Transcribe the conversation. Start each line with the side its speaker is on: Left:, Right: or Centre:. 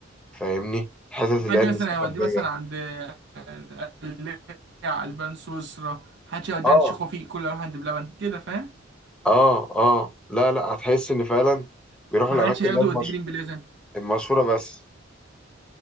Centre: فاهمني الحتت اللي
Right: حد
Centre: هي المستخبية
Right: مثلا هيوديه مثلا عند آه، القلاع البان سويسرا حدش هيوديه
Centre: اه
Right: عند شيخ وفيق كله يروح عند بلبن كده فاهم
Centre: اه اه لا لا هتحس ان فعلا بيروحوا
Right: ما
Centre: الاماكن
Right: حدش فاهم هياخده
Centre: اللي هي المش-
Right: يوديه جرين بلازا
Centre: المشهورة بس